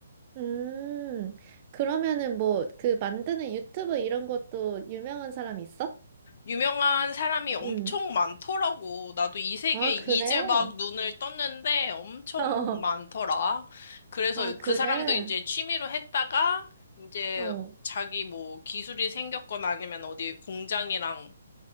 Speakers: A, on the right; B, on the left.
A: 음, 그러면은 뭐, 그 만드는 유튜브 이런 것도 유명한 사람 있어?
B: 유명한 사람이 엄청
A: 응.
B: 많더라고. 나도 이 세계에
A: 아,
B: 이제
A: 그래?
B: 막 눈을 떴는데 엄청
A: <laughs> 어.
B: 많더라. 그래서
A: 아, 그래?
B: 그 사람도 이제 취미로 했다가 이제
A: 어.
B: 자기 뭐 기술이 생겼거나 아니면 어디 공장이랑